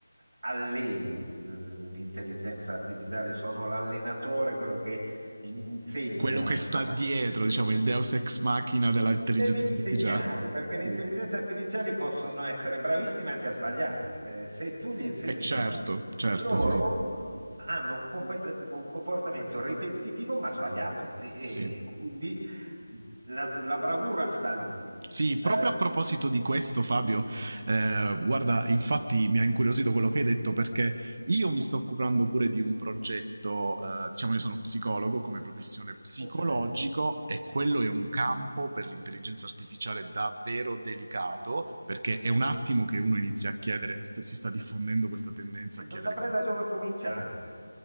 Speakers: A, on the right (about 50°); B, on the right (about 30°).
A: alleno eh, l'intelligenza artificiale, sono l'allenatore, quello che insegna
B: quello che sta
A: a
B: dietro, diciamo, il deus ex machina dell'intelligenza
A: Devi insegnare,
B: artificiale.
A: perché
B: Sì.
A: le intelligenze artificiali possono essere bravissime anche a sbagliare. Eh, se tu gli insegni
B: E certo,
A: male,
B: certo,
A: loro
B: sì, sì.
A: eh, hanno un, compet- un comportamento ripetitivo ma sbagliato e, e-
B: Sì.
A: e quindi la, la bravura sta lì.
B: Sì, proprio
A: Eh,
B: a proposito di questo, Fabio, eh, guarda, infatti mi ha incuriosito quello che hai detto perché io mi sto occupando pure di un progetto, eh, diciamo io sono psicologo come professione psicologico
A: oh, che bello.
B: e quello è un campo per l'intelligenza artificiale davvero delicato perché è un attimo che uno inizia a chiedere, si sta diffondendo questa tendenza
A: E
B: a chiedere
A: non saprei
B: consigli
A: da dove cominciare.